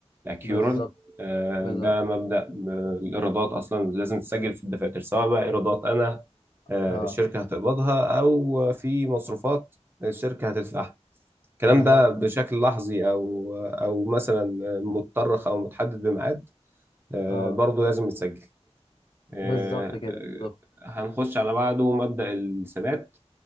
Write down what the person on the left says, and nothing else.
بالظبط
بالظبط
أه
بالظبط
أه
بالظبط كده
بالظبط